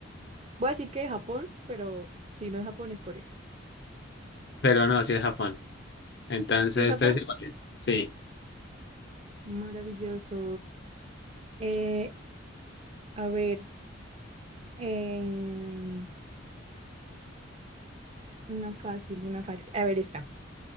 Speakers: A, on the right (about 30°); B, on the left (about 55°).
A: Voy a decir que de Japón, pero si no es Japón, es Corea.
B: pero no, sí es Japón. Entonces,
A: Si es Japón,
B: tres iguales. Sí. <gasps>
A: maravilloso. Eh, a ver, eh, una fácil, una fácil. A ver, esta.